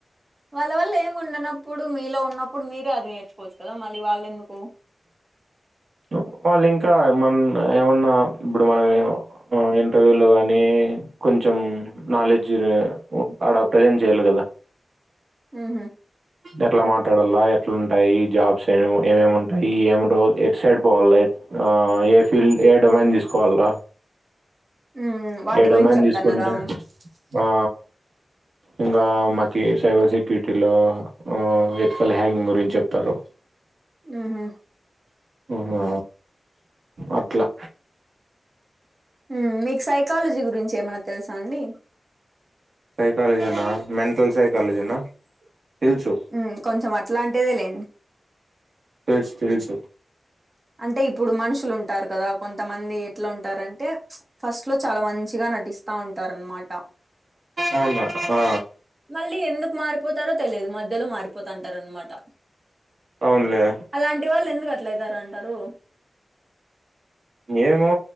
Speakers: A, on the right; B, on the right.
A: వాళ్ళ వల్ ఏం ఉండనప్పుడు మీలో ఉన్నప్పుడు మీరే అది నేర్చుకోవచ్చు కదా మళ్ళీ వాళ్ ఎందుకు
B: ఒ వాళ్ ఇంకా ఏమన్ ఏమన్నా ఇప్పుడు మనమే వ్ అ ఇంటర్వ్యూలో గానీ కొంచెం నాలెడ్జ్ ఉ ఆడ ప్రజెంట్ చేయ్యాలి కదా
A: ఉహు
B: ఎట్లా మాట్లాడాల ఎట్లుంటాయి జాబ్స్ ఏ ఒ ఏమేమింటాయి ఏం రో ఎట్ సైడ్ పోవాల ఎత్ ఆ ఏ ఫీల్డ్ ఏ డోమాండ్ తీసుకోవాల
A: ఉమ్ వాటి
B: ఏడోమైన్
A: గురించి చెప్తన్నారా
B: తీసుకుంటె ఆ ఇంగా మాకి సైబ సి కీటీలో ఆ ఎత్ ఫల్ హ్యాంగ్ గురించ్ చెప్తారు
A: న హ
B: అహా అట్లా
A: మ్ మీక్ సైకాలజీ గురించి ఏమైనా తెలుసా అండి
B: సైకాలజీనా మెంటల్ సైకాలజీనా తెల్సు
A: ఊమ్ కొంచెం అట్లా అంటేదే లేండి
B: తెల్స్ తెలుసు
A: అంటే ఇప్పుడు మనుషులుంటారు కదా కొంతమంది ఎట్లా ఉంటారంటే ఫస్ట్ లో చాలా మంచిగా నటిస్తా ఉంటారన్మాట
B: అవ్నా ఆ
A: మళ్ళీ ఎందుకు మారిపోతారో తెలేదు మధ్యలో మారిపోతంటారన్మాట
B: అవునులే
A: అలాంటి వాళ్ ఎందుకట్లయితారంటారు
B: ఏమో